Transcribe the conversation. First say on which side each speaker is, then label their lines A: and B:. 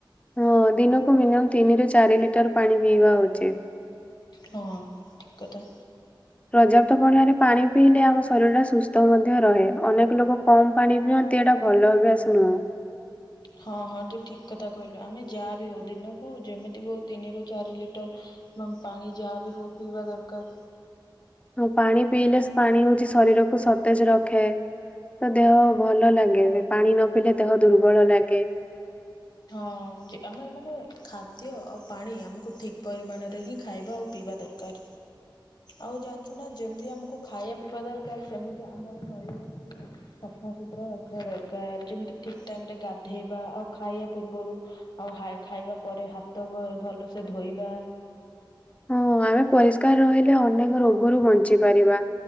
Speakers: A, on the left; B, on the left.
A: ହଁ ଦିନକୁ ମିନିମମ୍ ତିନିରୁ ଚାରି ଲିଟର ପାଣି ପିଇବା ଉଚିତ।
B: ହଁ ଠିକ କଥା।
A: ପର୍ଯ୍ୟାପ୍ତ ପରିମାଣରେ ରେ ପାଣି ପିଇଲେ ଆମ ଶରୀର ଟା ସୁସ୍ଥ ମଧ୍ୟ ରହେ ଅନେକ ଲୋକ କମ ପାଣି ପିଅନ୍ତି ଦେହ ଟା ଭଲ ଭାବେ ଆସୁ
B: ହଁ ହଁ ତୁ ଠିକ କଥା କହିଲୁ ଆମେ ଯାହା ବି ହଉ ଦିନକୁ ଯେମିତି ହଉ ତିନିରୁ ଚାରି ଲିଟର ପାଣି ଯାହା ବି ହେଉ ପିଇବା ଦରକାର।
A: ହଉ ପାଣି ପିଇଲେ ସେ ପାଣି ହଉଛି ଶରୀରକୁ ସତେଜ ରଖେ। ତ ଦେହ ଭଲ ଲାଗେ ନି, ପାଣି ନ ପିଇଲେ ଦେହ ଦୁର୍ବଳ ଲାଗେ।
B: ହଁ ଯେ ଆମେ ମାନେ ଖାଦ୍ୟ ଆଉ ପାଣି ଆମକୁ ଠିକ ପରିମାଣରେ ହିଁ ଖାଇବା ଆଉ ପିଇବା ଦରକାର। ଆଉ ଜାଣିଛୁ ନା ଯେମିତି ଆମକୁ ଖାଇବା ପିଇବା ଦରକାର, ସେମିତି ଆମ ଶରୀରକୁ ସଫା ସୁତୁରା ରଖିବା ଦରକାର ଯେମିତି ଠିକ ଟାଇମ ରେ ଗାଧେଇବା ଆଉ ଖାଇବା ପୂର୍ବରୁ ଆଉ ଖାଇବା ପରେ ହାତ ଭଲସେ ଧୋଇବା।
A: ହଁ ଆମେ ପରିଷ୍କାର ରହିଲେ ଅନେକ ରୋଗରୁ ବଞ୍ଚି ପାରିବା,